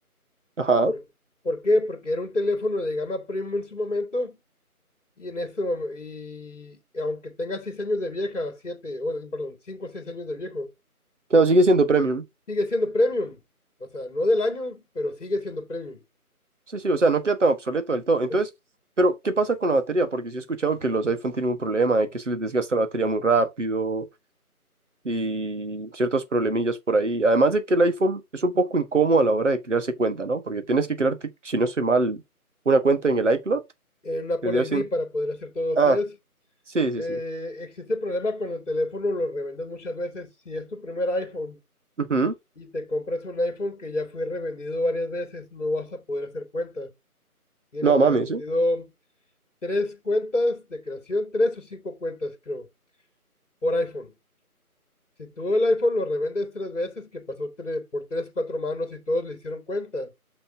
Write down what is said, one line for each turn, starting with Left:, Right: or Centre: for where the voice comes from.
Right: ajá.
Left: ¿Por, por qué? Porque era un teléfono de gama premium en su momento. Y en eso, y aunque tenga 6 años de vieja, 7, perdón, 5 o 6 años de viejo,
Right: Claro, sigue siendo
Left: Y
Right: premium.
Left: sigue siendo premium. O sea, no del año, pero sigue siendo premium.
Right: Sí, sí, o sea, no queda tan obsoleto del todo. Entonces,
Left: Es
Right: pero ¿qué pasa con la batería? Porque sí he escuchado que los iPhone tienen un problema de que se les desgasta la batería muy rápido, y ciertos problemillas por ahí. Además de que el iPhone es un poco incómodo a la hora de crearse cuenta, ¿no? Porque tienes que crearte, si no estoy mal, una cuenta en el iCloud.
Left: eh, un Apple
Right: Tendría
Left: ID
Right: siendo...
Left: para poder hacer todo así
Right: Ah,
Left: es.
Right: sí, sí,
Left: Eh,
Right: sí.
Left: existe el problema cuando el teléfono lo revendes muchas veces. Si es tu primer iPhone
Right: Ujú.
Left: y te compras un iPhone que ya fue revendido varias veces, no vas a poder hacer cuentas. Tienen
Right: No, mami,
Left: permitido
Right: sí.
Left: tres cuentas de creación, tres o cinco cuentas, creo, por iPhone. Si tú el iPhone lo revendes tres veces, que pasó tre- por tres, cuatro manos y todos le hicieron cuenta,